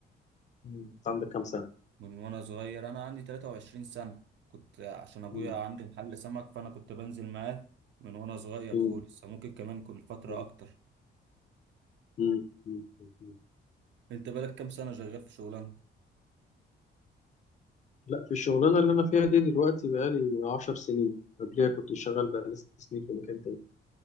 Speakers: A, on the left; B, on the right.
A: مم. انت عندك كام سنه؟
B: من وانا صغير انا عندي 23 سنة كنت عشان ابويا
A: مم.
B: عندي محل سمك فانا كنت بنزل معاه من وانا صغير
A: مم.
B: خالص ممكن كمان كنت فترة
A: مم.
B: اكتر
A: مم. مم. مم.
B: انت بقالك كام سنة شغال في شغلانتك
A: لا في الشغلانه اللي انا فيها دي دلوقتي بقالي 10 سنين قبليها كنت شغال بقالي ست سنين في مكان تاني